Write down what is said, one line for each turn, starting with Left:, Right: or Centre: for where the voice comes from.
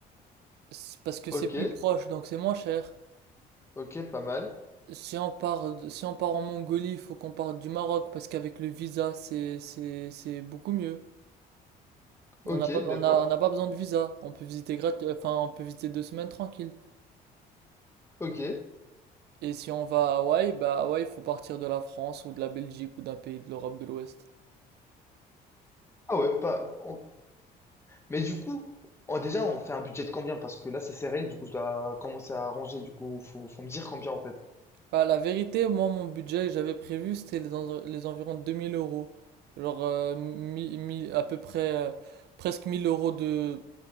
Right: C'est Parce que c'est
Left: Ok,
Right: plus proche, donc c'est moins cher.
Left: ok, pas mal.
Right: Si on part, de- si on part en Mongolie, il faut qu'on parte du Maroc, parce qu'avec le visa, c'est, c'est, c'est beaucoup mieux.
Left: Ok,
Right: On n'a pas, on
Left: d'accord.
Right: a, on n'a pas besoin de visa. On peut visiter grat- enfin, on peut visiter deux semaines tranquille.
Left: Ok.
Right: Et si on va à Hawaï, bah Hawaï, il faut partir de la France ou de la Belgique ou d'un pays de l'Europe de l'Ouest.
Left: Ah ouais, pas. Mais du coup, on- déjà, on fait un budget de combien? Parce que là, c'est serré, du coup, je dois commencer à arranger, du coup, faut, faut me dire combien en fait.
Right: Bah, la vérité, moi, mon budget, j'avais prévu, c'était les, env- les environs 2000 euros. Genre, euh, mi- mi- à peu près, euh, presque 1000 euros de,